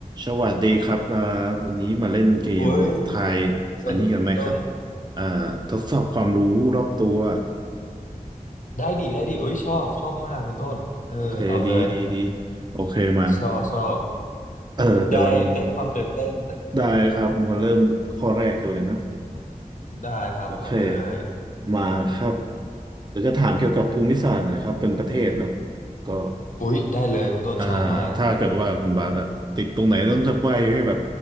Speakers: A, on the right; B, on the left.
A: สวัสดีครับมาวันนี้มาเล่นเกมทายอันนี้กันไหมครับ
B: เฮ้ยสวัสดีคุณต้น
A: อ่าทดสอบความรู้รอบตัว
B: ได้ดีได้ดีเอ้ยชอบชอบมากคุณต้นเออเอาเลย
A: โอเคดีดีดีโอเคมา
B: ชอบชอบ
A: เออกำลัง
B: ได้ได้ความตื่นเต้น
A: ได้ครับมาเริ่มข้อแรกกันเลยนะ
B: <laughs> ได้ครับมันเลย
A: โอเคมาครับเดี๋ยวจะถามเกี่ยวกับภูมิศาสตร์หน่อยครับเป็นประเทศเนาะแล้วก็
B: อุ๊ยได้เลยคุณต้นชอบมาก
A: อ่าถ้าเกิดว่าคุณบาสอะติดตรงไหนต้องจะใบให้แบบ